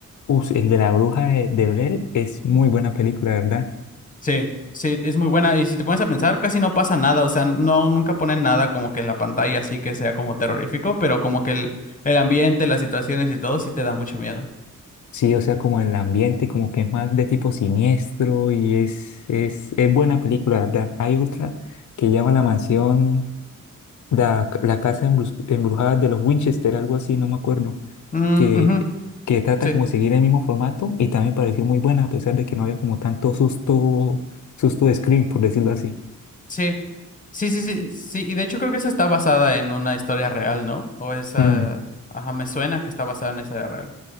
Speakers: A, on the left; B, on the left.
A: Uf, el de la bruja de, de Blair es muy buena película, ¿verdad?
B: Sí, sí, es muy buena. Y si te pones a pensar, casi no pasa nada. O sea, no, nunca ponen nada como que en la pantalla así que sea como terrorífico, pero como que el, el ambiente, las situaciones y todo sí te da mucho miedo.
A: Sí, o sea, como el ambiente, como que es más de tipo siniestro y es, es, es buena película, ¿verdad? Hay otra que llama La
B: Ujú.
A: Mansión, la, la Casa Embrus- Embrujada de los Winchester, algo así, no me acuerdo,
B: Mm,
A: que,
B: ujú,
A: que trata
B: Sí,
A: como seguir el mismo formato y también pareció muy buena, a pesar de que no había como tanto susto, susto de screen, por decirlo así.
B: sí, sí, sí, sí, sí. Y de hecho creo que esa está basada en una historia real, ¿no? O esa,
A: Mm.
B: ajá, me suena que está basada en esa historia real.